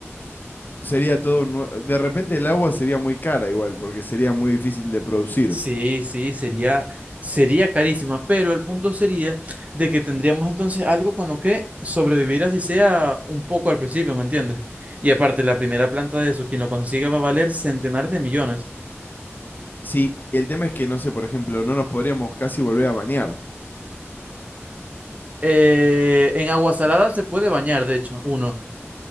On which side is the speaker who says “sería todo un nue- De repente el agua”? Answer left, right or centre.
Left